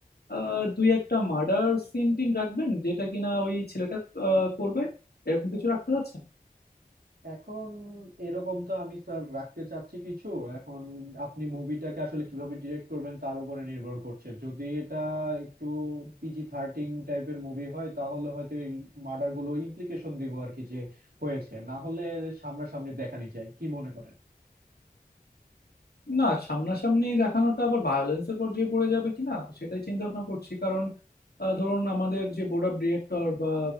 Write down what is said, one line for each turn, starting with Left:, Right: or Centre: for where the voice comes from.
Left: আহ, দুই একটা মার্ডার সিন টিন রাখবেন যেটা কিনা ওই ছেলেটা আহ, করবে এরকম কিছু রাখতে যাচ্ছেন
Right: এখন এরকম তো আমি স্যার রাখতে চাচ্ছি কিছু এখন আপনি মুভিটাকে আসলে কিভাবে ডিরেক্ট করবেন তার উপরে নির্ভর করছে যদি এটা একটু পিজি থার্টিন টাইপের মুভি হয় তাহলে হয়তো এই মার্ডার গুলো ইমপ্লিকেশন দিব আর কি যে হয়েছে না হলে সামনাসামনি দেখানি যায় কি মনে করেন
Left: না সামনাসামনি দেখানোটা আবার ভায়োলেন্সের পর্যায়ে পড়ে যাবে কিনা সেটাই চিন্তা ভাবনা করছি কারণ আহ, ধরুন আমাদের যে বোর্ড অফ ডিরেক্টর বা